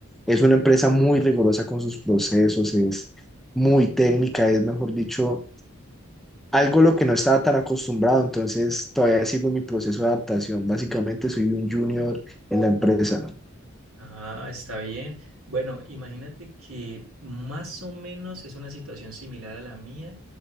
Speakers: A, in the centre; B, on the right.
A: es una empresa muy rigurosa con sus procesos, es muy técnica, es, mejor dicho algo a lo que no estaba tan acostumbrado, entonces todavía sigo en mi proceso de adaptación. Básicamente soy un junior en la empresa.
B: Ah, está bien. Bueno, imagínate que más o menos es una situación similar a la mía.